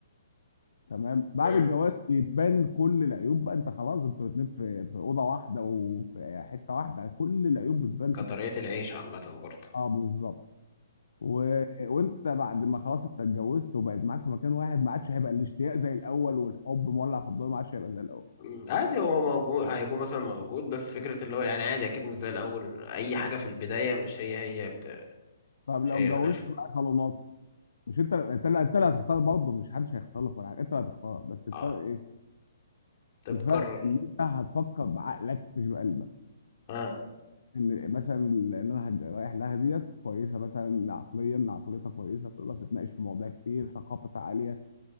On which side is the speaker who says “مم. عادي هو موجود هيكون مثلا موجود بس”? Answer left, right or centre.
Left